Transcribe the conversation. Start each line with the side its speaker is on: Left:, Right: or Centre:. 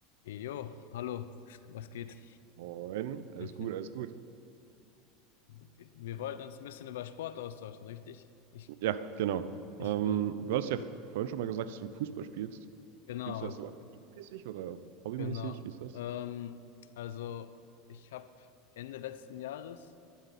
Left: Jo, hallo, was geht?
Right: Moin, alles
Left: <laughs>
Right: gut, alles gut.
Left: Wir wollten uns ein bisschen über Sport austauschen, richtig? Ich,
Right: Ja, genau.
Left: ich,
Right: Ähm,
Left: gl-
Right: du hast
Left: ich,
Right: ja
Left: gl-
Right: vorhin schon mal gesagt, dass du Fußball spielst.
Left: genau,
Right: Spielst du das so aktivmäßig oder hobbymäßig?
Left: genau.
Right: Wie ist das?
Left: Ähm, also, ich habe Ende letzten Jahres